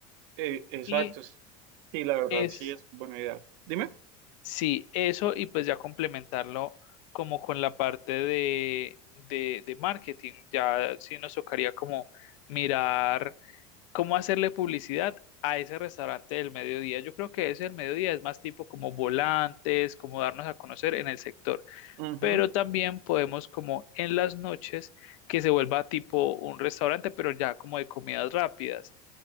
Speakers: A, on the right; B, on the left.
A: Eh, exacto.
B: Y
A: Sí, la verdad
B: es...
A: sí es buena idea. Dime.
B: Sí, eso y pues ya complementarlo como con la parte de, de, de marketing. Ya sí nos tocaría como mirar cómo hacerle publicidad a ese restaurante del mediodía. Yo creo que ese del mediodía es más tipo como volantes, como darnos a conocer en el sector.
A: Ujú.
B: Pero también podemos como en las noches que se vuelva tipo un restaurante, pero ya como de comidas rápidas.